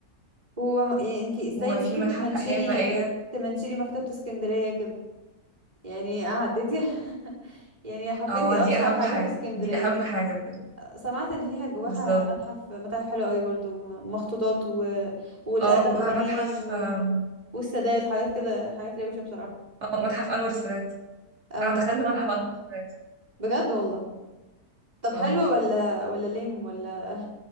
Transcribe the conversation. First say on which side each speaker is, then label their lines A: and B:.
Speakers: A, on the right; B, on the right.
A: هو انت ازاي
B: وفي
A: نسيتي
B: متحف
A: تمنشني
B: الأحياء المائية
A: تمنشني مكتبة اسكندرية كده يعني عديتي <laughs> يعني حرفيا
B: اه
A: دي
B: دي
A: اشهر
B: أهم
A: حاجة
B: حاجة
A: في اسكندرية
B: دي أهم حاجة بجد
A: سمعت ان فيها جواها
B: بالظبط
A: متحف متاحف حلوة قوي برضو مخطوطات و... والادم
B: اه جواها
A: حنين
B: متحف
A: و...
B: آم،
A: والسادات وحاجات كده حاجات روشة بصراحة
B: اه متحف أنور السادات
A: اه
B: أنا دخلت متحف أنور السادات
A: بجد والله طب
B: اه
A: حلو ولا ولا ليم ولا